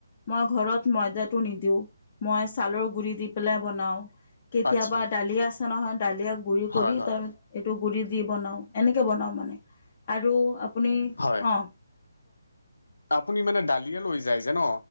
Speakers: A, on the left; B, on the left.
A: মই ঘৰত ময়দাটো নিদিওঁ, মই ছালৰ গুৰি দি পেলাই বনাওঁ। কেতিয়াবা
B: আচ্ছা
A: ডালিয় আছে নহয় ডালিয় গুৰি
B: হয়
A: কৰি
B: হয়
A: তাৰ এইটো গুৰি দি বনাওঁ এনেকৈ বনাওঁ মানে আৰু আপুনি
B: হয়
A: অঁ
B: আপুনি মানে ডালিয়া লৈ যে ন,